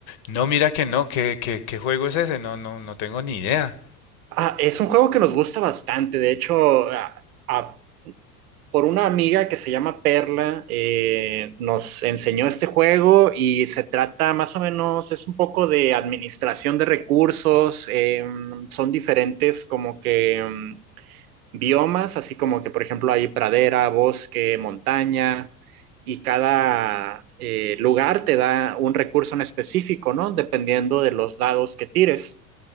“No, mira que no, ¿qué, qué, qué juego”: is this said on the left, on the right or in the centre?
Left